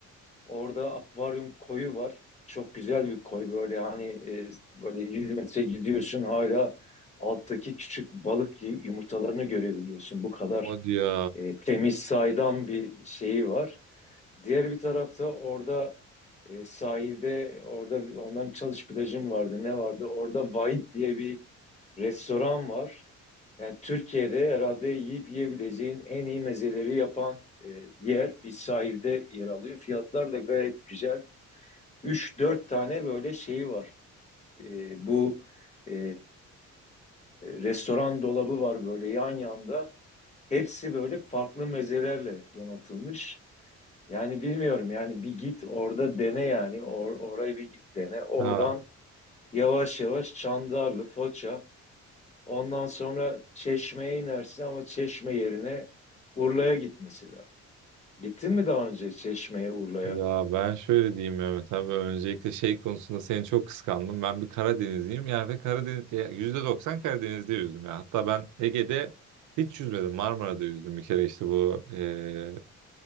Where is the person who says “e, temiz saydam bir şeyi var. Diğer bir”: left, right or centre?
Left